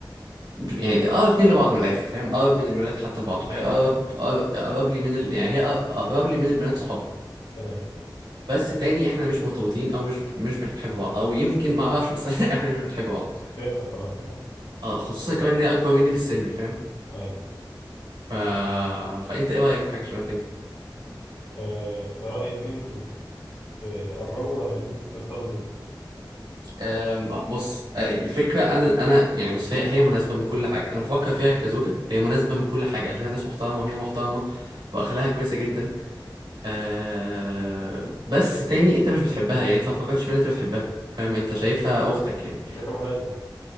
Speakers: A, on the right (about 60°); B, on the left (about 60°).
A: يعني اقرب اتنين لبعض من الاخر فاهم اقرب من الولاد حتى لبعض وهي اقرب أقر- اقرب لي من ال... يعني هي أقر- اقرب لي من البنات صحابها
B: تمام
A: بس تاني احنا مش مرتبطين او مش مش بنحب بعض او يمكن ما اعرفش بس <laughs> احنا مش بنحب بعض
B: فهمتك خلاص <laughs>
A: اه خصوصا كمان ان هي اكبر مني في السن فاهم
B: طيب
A: ف... فانت ايه رايك في حاجه شبه كده
B: آه في رأيي إن أنتوا ت- تقربوا ولا إن أنتوا ترتبطوا
A: أم، بص آه، الفكره انا انا يعني بص هي هي مناسبه من كل حاجه انا بفكر فيها كزوجه هي مناسبه من كل حاجه اهلها ناس محترمه وهي محترمه واخلاقها كويسه جدا آه بس تاني انت مش بتحبها يعني انت ما فكرتش في ان انت بتحبها فاهم انت شايفها اختك يعني
B: شايفها مناسبة